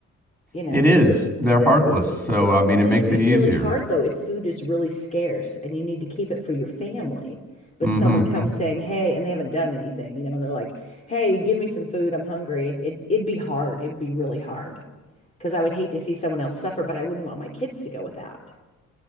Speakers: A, on the left (about 25°); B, in the centre.
A: you know.
B: It is. They're heartless. So, I mean,
A: But
B: it
A: then
B: makes
A: it'd be
B: it easier.
A: really hard though if food is really scarce and you need to keep it for your family. But
B: hmm
A: someone comes saying, "Hey," and they haven't done anything, you know, they're like, "Hey, give me some food. I'm hungry." And it it'd be hard. It'd be really hard because I would hate to see someone else suffer, but I wouldn't want my kids to go without.